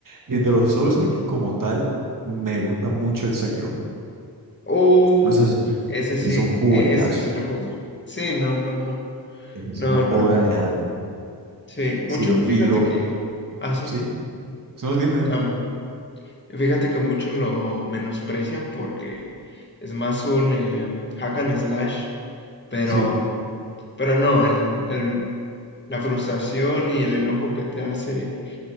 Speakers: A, on the right; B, on the left.
A: Y de los Souls-like como tal, me gusta mucho el Sekiro.
B: Oh,
A: No sé si-
B: ese sí,
A: es un juegazo,
B: ese sí lo jugué. Sí, no, no, no,
A: es
B: no,
A: una
B: no,
A: obra
B: no.
A: de arte.
B: Sí, muchos,
A: Sino, y
B: fíjate
A: lo,
B: que, ah, sí,
A: sí, solo dime,
B: am, Fíjate que muchos lo menosprecian porque es más un em, hack and slash, pero,
A: sí.
B: pero no, el- el- la frustración y el enojo que te hace,